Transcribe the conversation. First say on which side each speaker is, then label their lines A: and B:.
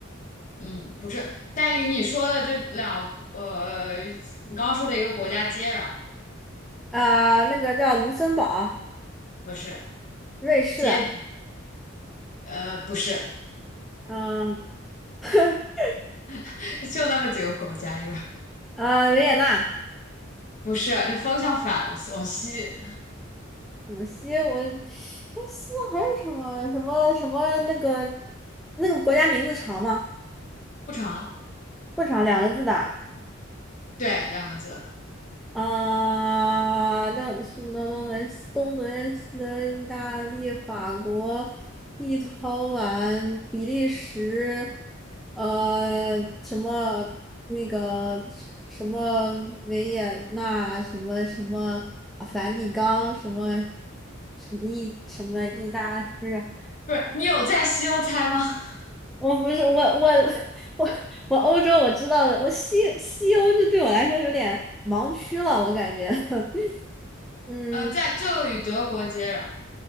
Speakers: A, on the left (about 40°); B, in the centre.
A: 嗯，不是，但与你说的这两，呃，你刚刚说的一个国家接壤，
B: 啊、那个叫卢森堡。
A: 不是
B: 瑞士，
A: 接，呃，不是，
B: 嗯、<laughs>
A: <laughs> 就那么几个国家，因为
B: 呃，维也纳，
A: 不是方向反了，往西
B: 广西，我哎，西藏还有什么什么什么那个那个国家名字长吗？
A: 不长，
B: 不长，两个字的。
A: 对，两个字，
B: 啊，那那、那东德东德西德意大利、法国、立陶宛、比利时，呃，什么那个什么维也纳，什么什么啊梵蒂冈，什么什么意什么意大，不是，
A: 不是，你有在西欧猜吗？
B: 我不是我我 <laughs> 我我欧洲我知道的，我西西欧就对我来说有点盲区了，我感觉，<laughs> 嗯。
A: <laughs> 呃，在就与德国接壤。